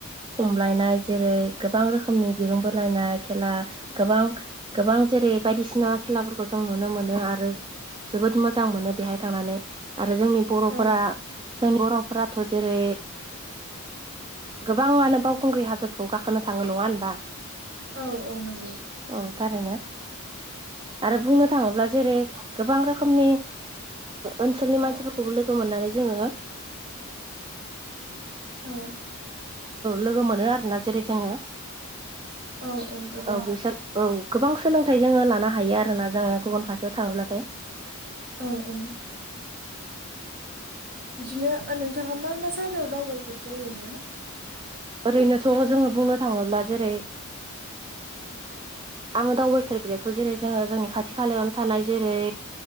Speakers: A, on the right; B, on the right.
A: हमलायनाय जेरै गोबां रोखोमनि दिरुं बोलायनाय खेला गोबां गोबां जेरै बायदिसिना खेलाफोरखौ जों नुनो मोनो आरो जोबोद मोजां मोनो बेहाय थांनानै आरो जोंनि बर'फोरा
B: औ
A: जोंनि बर'फोराथ' जेरै गोबाङानो बावखुंग्रि हाजोखौ गाखोनो थाङो नङा होनबा
B: औ औ नंगौ
A: औ थारैनो आरो बुंनो थाङोब्ला जेरै गोबां रोखोमनि ओनसोलनि मानसिफोरखौबो लोगो मोननानै जोङो औ
B: औ
A: लोगो मोनो आरोोना जेरै जोङो
B: औ लोगो
A: औ
B: मोन
A: सार औ गोबां सोलोंथाइ जोङो लानो हायो आरोोना जोङो गुबुन फारसेयाव थाङोब्लाथाय
B: औ औ बिदिनो नोंथाङा मा मा जायगायाव दावबायफेरखो ओरैनो
A: ओरैनोथ' जोङो बुंनो थाङोब्ला जेरै आङो दावबायफेरग्रायाथ' जेरै जोङो जोंनि खाथि खालायावनो थानाय जेरै